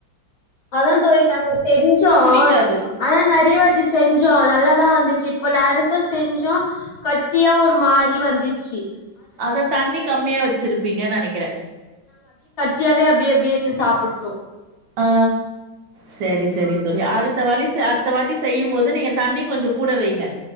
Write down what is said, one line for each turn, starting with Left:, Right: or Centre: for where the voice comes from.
Left: அதா தோழி நாங்க செஞ்சோ
Right: புடிக்காது
Left: ஆனா நெறைய வாட்டி செஞ்சோ நல்லாதா வந்துச்சு இப்பொ லேட்டஸ்டா செஞ்சோ கட்டியா ஒரு மாரி வந்துச்சி
Right: அதா தண்ணி கம்மியா வச்சிருப்பீங்க நெனக்கிறே
Left: டியாவே அப்டி அப்டியே எத்து சாப்பிட்டோ
Right: ஆ செரி செரி தோழி அடுத்த வலி செ அடுத்த வாட்டி செய்யும் போது நீங்க தண்ணி கொஞ்சொ கூட வைங்க